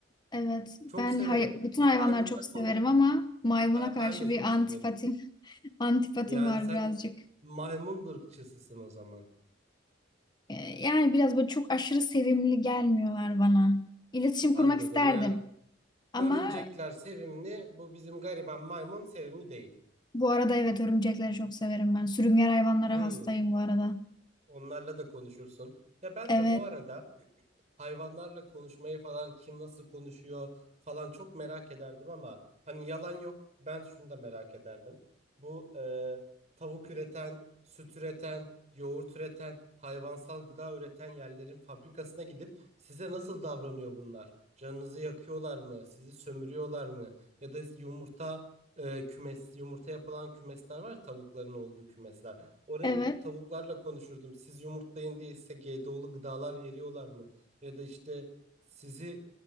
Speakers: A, on the left; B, on the right.
A: evet
B: Çok
A: ben
B: severim.
A: hay- bütün
B: O
A: hayvanları
B: maymunla
A: çok severim
B: konuş.
A: ama maymuna
B: Ben,
A: karşı
B: ben de çok
A: bir antipatim
B: severim.
A: <laughs> antipatim
B: Yani
A: var
B: sen
A: birazcık.
B: maymun ırkçısısın o zaman.
A: E, yani biraz böyle çok aşırı sevimli gelmiyorlar bana. İletişim
B: Anladım.
A: kurmak isterdim.
B: Yani
A: Ama
B: örümcekler sevimli. Bu bizim gariban maymun sevimli değil.
A: Bu arada evet örümcekleri çok severim ben. Sürüngen hayvanlara
B: Hmm,
A: hastayım bu arada.
B: onlarla da konuşursun. Ya ben
A: Evet,
B: de bu arada hayvanlarla konuşmayı falan kim nasıl konuşuyor falan çok merak ederdim ama hani yalan yok ben şunu da merak ederdim. Bu e, tavuk üreten, süt üreten, yoğurt üreten, hayvansal gıda üreten yerlerin fabrikasına gidip size nasıl davranıyor bunlar? Canınızı yakıyorlar mı? Sizi sömürüyorlar mı? Ya da yumurta e, kümes yumurta yapılan kümesler var ya, tavukların olduğu kümesler. Oraya
A: evet.
B: gidip tavuklarla konuşurdum. Siz yumurtlayın diye size GDO'lu gıdalar veriyorlar mı? ya da işte sizi